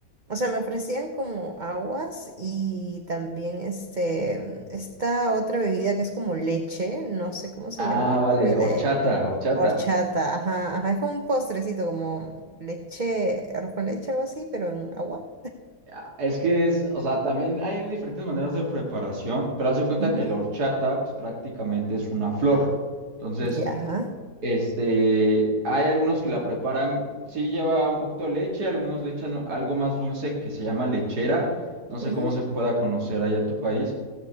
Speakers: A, on the right (about 35°); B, on the right (about 65°).
A: o sea, me ofrecían como aguas y también este esta otra bebida que es como leche, no sé cómo se
B: Ah,
A: llama,
B: vale,
A: me olvidé.
B: horchata, horchata.
A: Horchata, ajá, ajá. Es como un postrecito, como leche, arroz con leche, algo así, pero en agua.
B: Ah, Es que es, o sea, también hay diferentes maneras de preparación, pero haz de cuenta
A: Ujú.
B: que la horchata pues prácticamente es una flor. Entonces,
A: Ya.
B: Este, hay algunos que la preparan, sí lleva un poquito de leche, algunos le echan algo más dulce que se llama lechera, no sé
A: ujú.
B: cómo se pueda conocer allá en tu país.